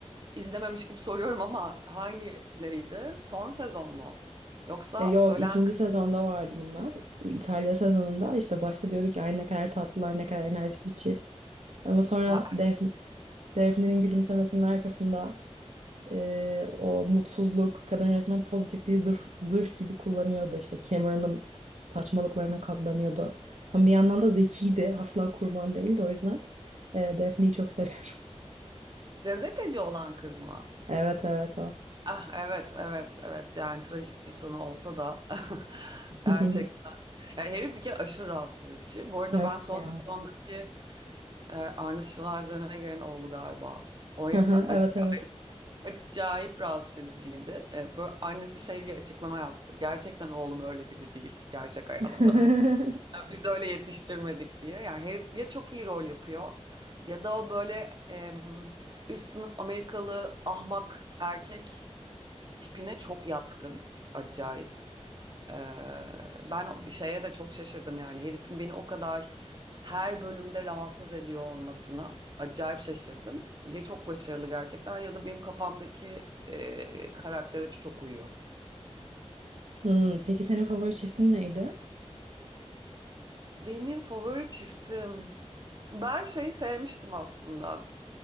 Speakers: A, on the right; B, on the right.
A: İzlememiş gibi soruyorum ama hangileriydi? Son sezon mu? Yoksa
B: E yok
A: ölen
B: ikinci
A: k-
B: sezonda vardı bunlar. İtalya sezonunda işte başta diyorduk ya "Ay ne kadar tatlılar ne kadar enerjik bir çift. Ama sonra
A: ha,
B: Def Defne'nin gülümsemesinin arkasında e, o mutsuzluk, kadın resmen pozitifliği zırh, zırh gibi kullanıyordu. İşte Cameron'ın saçmalıklarına katlanıyordu. Ama bir yandan da zekiydi. Asla kurban değildi o yüzden. E, Daphne'yi çok seviyorum. <laughs>
A: gazeteci olan kız mı?
B: Evet evet o.
A: Ah evet evet evet yani trajik bir sonu olsa da <laughs>
B: <laughs>
A: gerçekten. Yani herif bir kere aşırı rahatsız edici. Bu arada
B: Evet
A: ben son
B: ya.
A: sezondaki e, Arnold Schwarzenegger'in oğlu galiba. O herif
B: Aha,
A: de a-
B: Evet evet.
A: acayip rahatsız ediciydi. E, böyle annesi şey diye açıklama yaptı. Gerçekten oğlum öyle biri değil gerçek hayatta.
B: <laughs>
A: <laughs> Biz öyle yetiştirmedik diye. Yani herif ya çok iyi rol yapıyor ya da o böyle em, üst sınıf Amerikalı ahmak erkek tipine çok yatkın. Acayip. Ee, ben o- bir şeye de çok şaşırdım yani herifin beni o kadar her bölümde rahatsız ediyor olmasına acayip şaşırdım. Ya çok başarılı gerçekten ya da benim kafamdaki e, karaktere çok uyuyor.
B: Hmm, peki senin favori çiftin neydi?
A: Benim favori çiftim ben şey sevmiştim aslında.